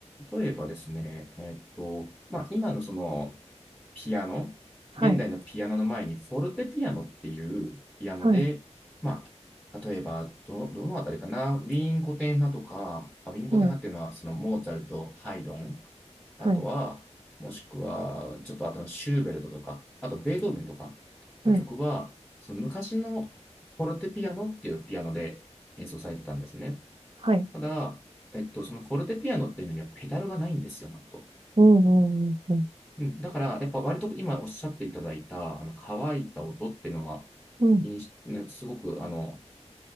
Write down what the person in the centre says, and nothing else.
例えばですね、えっと、まあ、今のその、ピアノ、
現代のピアノの前にフォルテピアノっていうピアノで、
まあ、例えばど、どのあたりかな、ウィーン古典派とか、あウィーン古典派っていうのはそのモーツァルト、
ハイドン、あとは、
もしくは、ちょっとあとのシューベルトとか、あとベートーベンとかの曲は、
その昔のフォルテピアノっていうピアノで演奏されてたんですね。
ただ、えっと、そのフォルテピアノっていうのにはペダルがないんですよ、なんと。
うん、だから、やっぱ割と今おっしゃっていただいた、あの、乾いた音っていうのは、
認識、ねすごく、あの、